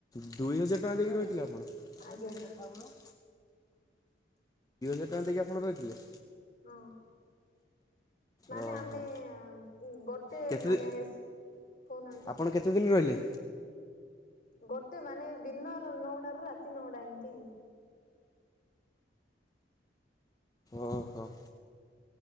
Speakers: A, on the left; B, on the left.
A: ଦୁଇ ହଜାର ଟଙ୍କା ଦେଇକି ରହିଥିଲେ ଆପଣ? ଦିଇ
B: ଆଜ୍ଞା
A: ହଜାର ଟଙ୍କା ଦେଇକି ଆପଣ ରହିଥିଲେ?
B: ହଁ। ମାନେ
A: ଓହୋ
B: ଆମେ ଗୋଟେ
A: କେତେ
B: ମାନେ କହୁନାହାନ୍ତି?
A: ଆପଣ କେତେ ଦିନ ରହିଲେ?
B: ଗୋଟେ ମାନେ ଦିନର ନଅଟା ରୁ ରାତି ନଅଟା ଏମିତି।
A: ଓହୋ।